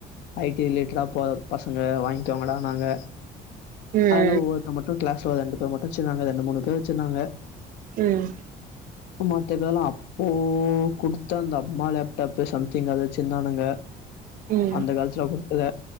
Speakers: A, on the left; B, on the right.
A: ஐ டி ரிலேட்டடா போற பசங்க வாங்கிக்கோங்கடான்னாங்க
B: ம்
A: அதுல ஒவ்வொருத்த மட்டு கிளாஸ்ல ஒரு ரெண்டு பேர் மட்டு வச்சிருந்தாங்க ரெண்டு மூணு பேர் மட்டு வச்சிருந்தாங்க
B: ம்
A: மத்ததெல்லா அப்போ குடுத்த அந்த அம்மா லேப்டாப்பு சம்திங் அத வச்சுந்தானுங்க
B: ம்
A: அந்த காலத்துல குடுத்தத